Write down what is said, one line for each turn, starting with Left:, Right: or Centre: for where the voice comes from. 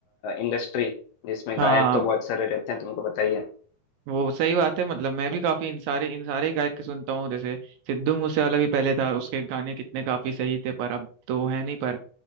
Left: इंडस्ट्री जिसमें
Right: हाँ
Left: गायक तो बहुत सारे रहते हैं तुमको पता ही है
Right: वो सही बात है मतलब मैं भी काफी इन सारे इन सारे गायक के सुनता हूँ जैसे सिद्धू मूसेवाला भी पहले था उसके गाने कितने काफी सही थे पर अब तो वो है नहीं पर